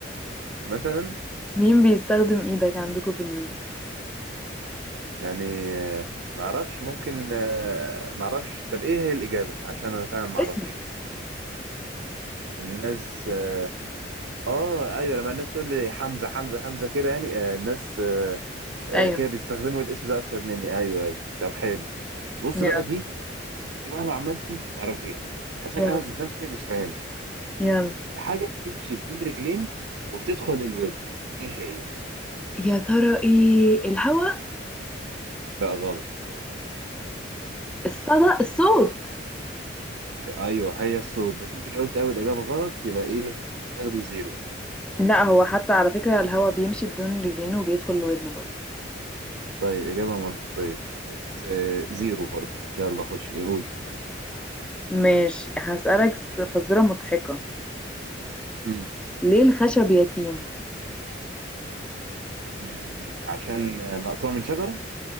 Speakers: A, on the right; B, in the centre.
A: مثلا
B: مين بيستخدم إيدك عندكم في البيت؟
A: يعني آه، معرفش ممكن آه، معرفش طب ايه هي الإجابة عشان انا فعلا معرفش
B: اسمك
A: الناس اه آه، ايوه لما الناس تقول لي حمزة حمزة حمزة كده يعني آه الناس آه آه
B: ايوه
A: كده بيستخدموا الاسم ده اكتر مني ايوه ايوه طب حلو بص
B: يلا
A: بقى دي دي مهما عملتي مش هتعرفيها عشان
B: يلا
A: انا ذات نفسي مش فاهمها
B: يلا
A: حاجة بتمشي بدون رجلين وبتدخل الودن ايه هي
B: يا ترى ايه الهوا
A: لا غلط
B: الصدى الصوت
A: ايوه هي الصوت بس انت جاوبت اول إجابة غلط يبقى ايه تاخدي زيرو
B: لا هو حتى على فكرة الهوا بيمشي بدون رجلين وبيدخل لودنه برضه
A: طيب إجابة منطقية بس آه، زيرو برضو يلا خش قولي
B: ماشي هسألك س- فزورة مضحكة
A: مم.
B: ليه الخشب يتيم
A: مم، عشان آه، مقطوع من شجرة